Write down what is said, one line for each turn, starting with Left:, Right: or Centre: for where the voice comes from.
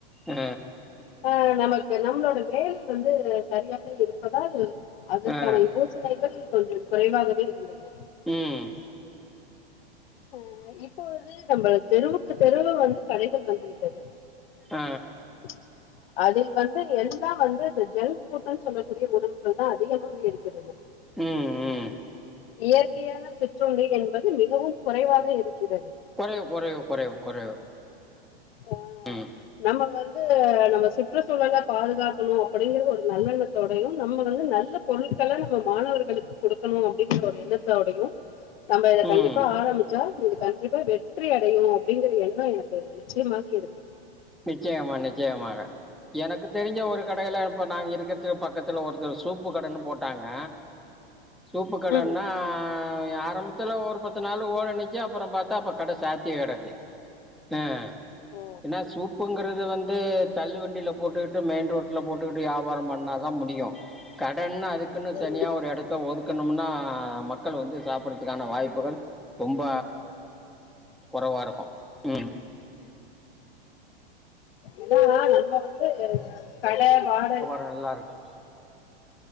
Centre: ம்
Left: ஆ நமக்கு நம்ளோட வேலை வந்து சரியாக இருப்பதால் அதற்
Centre: ஆ,
Left: க்கான யோசனைகள் கொஞ்சம் குறைவாகவே இருந்தது
Centre: ம்
Left: ஓ இப்பொழுது நம்ம தெருவுக்கு தெருவு வந்து கடைகள் வந்து விட்டது
Centre: அ
Left: <inaudible> அதில் வந்து எல்லா வந்து இந்த ஜங்க் ஃபுட்டுன் சொல்லக்கூடிய உணவுகள் தா அதிகமாக இருக்கிறது
Centre: ம் ம்
Left: இயற்கையான சிற்றுண்டி என்பது மிகவும் குறைவாக இருக்கிறது
Centre: கொறைவு கொறைவு கொறைவு கொறைவு
Left: ம் ஆ
Centre: ம்
Left: நம்ம வந்து நம்ம சுற்றுச்சூழல பாதுகாக்கணு அப்டிங்கிறது ஒரு நல்லெண்ணத்தோடையு நம்ம வந்து நல்ல பொருட்கள நம்ம மாணவர்களுக்கு குடுக்கணு அப்டிங்கிற ஒரு எண்ணத்தோடையு நம்ப இத கண்டிப்பா
Centre: ம்,
Left: ஆரம்மிச்சா இது கண்ட்ரிப்பா வெற்றி அடையு அப்டிங்கிற எண்ணோ எனக் கு நிச்சியமாவே இருக்கு
Centre: நிச்சயமா நிச்சயமாக எனக்கு தெரிஞ்ச ஒரு கடையில இப்ப நாங்க இருக்கற்துக்கு பக்கத்துல ஒருத்தர் சூப்பு கடைன்னு போட்டாங்க
Left: <inaudible>
Centre: சூப்பு கடன்னா
Left: ம்
Centre: யாரம்ப த்துல ஒரு பத்து நாளு ஓரனிக்கு அப்பறோ பாத்தா அப்ப கட சாத்தியே கெடக்கு அ
Left: ஓ
Centre: ஏனா சூப்புங்கிறது வந்து தள்ளு வண்டியில போட்டுக்கிட்டு மெயின் ரோட்ல போட்டுக்கிட்டு வியாபார பண்ணா தா முடியு கடன்னா அதுக்குன்னு
Left: ம்
Centre: தனியா ஒரு எடத் த்த ஒதுக்கணும்னா மக்கள் வந்து சாப்பிட்றதுக்கான வாய்ப்புகள் ரொம்ப குறைவா இருக்கும். ம்.
Left: என்னதா வண் நம்ப வந்து அது கட வாடக
Centre: நல்லாருக்கு